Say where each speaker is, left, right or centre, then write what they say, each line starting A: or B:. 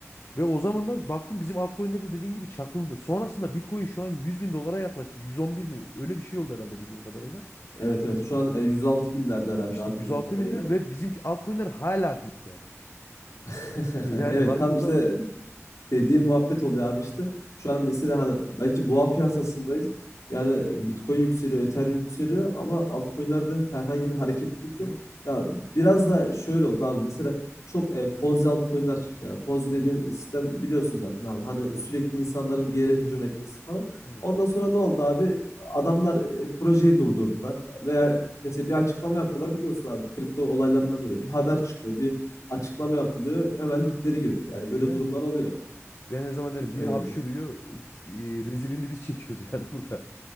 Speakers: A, on the left; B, on the left.
A: Ve o zamanlar baktım bizim altcoin'ler de dediğin gibi çakıldı. Sonrasında Bitcoin şu an 100 bin dolara yaklaştı. 111 mi? Öyle bir şey oldu herhalde bildiğim kadarıyla.
B: Evet, evet. Şu an, eee, 106.000'lerde herhâlde
A: İşte
B: abi
A: 106
B: bildiğim kadarıyla.
A: binde ve bizimki altcoin'ler hala dipte.
B: <laughs>
A: <laughs> Yani
B: Evet,
A: baktığın
B: tam
A: zaman
B: işte dediğim muhabbet oluyor abi işte. Şu an mesela hani belki boğa piyasasındayız. Yani Bitcoin yükseliyor, Ethereum yükseliyor ama altcoin'lerde herhangi bir hareketlilik yok.
A: yok.
B: Ya biraz da şöyle oldu abi. Mesela çok e, Ponzi altcoin'ler çıktı. Yani Ponzi
A: Hı
B: dediğim
A: hı,
B: sistem biliyorsun zaten abi. Hani
A: hı hı.
B: sürekli insanların bir yere hücum etmesi falan.
A: Evet.
B: Ondan sonra ne oldu abi? Adamlar e, projeyi durdurdular veya mesela bir açıklama yapıyorlar biliyorsun abi kripto olaylarında böyle bir haber çıkıyor, bir açıklama yapılıyor hemen dipleri görüyor. Yani
A: Ee, yani.
B: böyle durumlar oluyor.
A: Ben ne zaman derim
B: Öyle
A: biri hapşırıyor,
B: dedi.
A: e, rezilini biz çekiyoruz yani <laughs> burada.